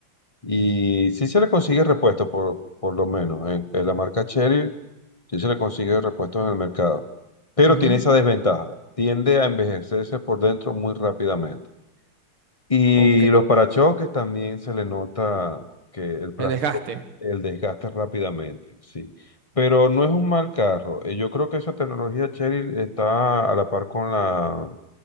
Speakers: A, on the left; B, on the right.
A: Y sí se le consigue repuesto, por, por lo menos. En, en la marca Chery, sí se le consigue repuesto en el mercado. Pero
B: Ujú,
A: tiene esa desventaja. Tiende a envejecerse por dentro muy rápidamente. Y
B: Ok,
A: los parachoques también se le nota que el plástico,
B: el desgaste.
A: el desgaste rápidamente, sí. Pero no es un mal carro. Eh, Yo creo que esa tecnología Chery está a la par con la,